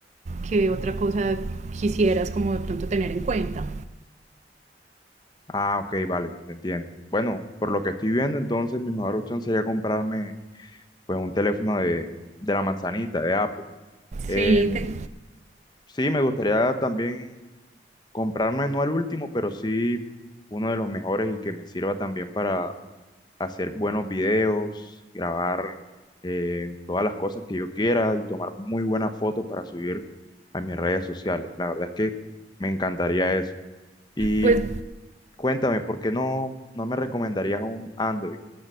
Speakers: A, on the right; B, on the left.
A: ¿Qué otra cosa quisieras como de pronto tener en cuenta?
B: Ah, ok, vale, te entiendo. Bueno, por lo que estoy viendo, entonces mi mejor opción sería comprarme pues un teléfono de, de la manzanita, de Apple. Em,
A: Sí, te,
B: sí, me gustaría también comprarme, no el último, pero sí uno de los mejores y que me sirva también para hacer buenos videos, grabar eh, todas las cosas que yo quiera y tomar muy buenas fotos para subir a mis redes sociales. La verdad es que me encantaría eso. Y
A: pues
B: cuéntame, ¿por qué no, no me recomendarías un Android?